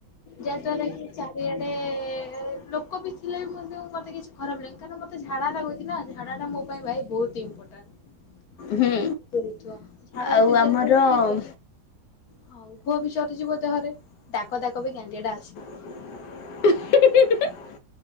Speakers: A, on the left; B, on the left.
A: ଯାହାଦ୍ୱାରା କି ଚାରିଆଡେ ଲୋକ ବିି ଥିଲେ ବି ମୋତେ କିଛି ଖରାପ ଲାଗେ କାରଣ ମତେ ଝାଡା ଲାଗୁଛି ନା ଝାଡା ଟା ମୋ ପାଇଁ ଭାଇ ବହୁତ ଇମ୍ପୋଟାଣ୍ଟ।
B: ହୁଁ
A: <unintelligible> ଝାଡା
B: ଆଉ
A: ଯଦି
B: ଆମର
A: ଦେହରେ ରହି ହଁ ଘୁହ ବି ଚରିଯିବ ଦେହରେ ଡାକ ଦାକ ବି ଗାଣ୍ଡି ଟା ଆସିବ
B: <inaudible>